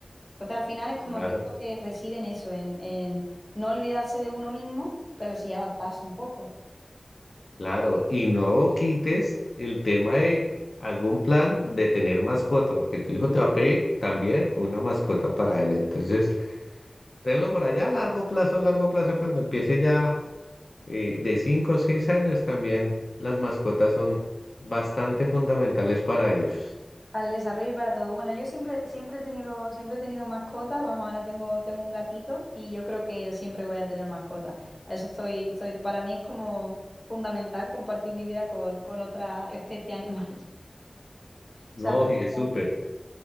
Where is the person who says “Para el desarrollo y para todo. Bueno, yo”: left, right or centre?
Left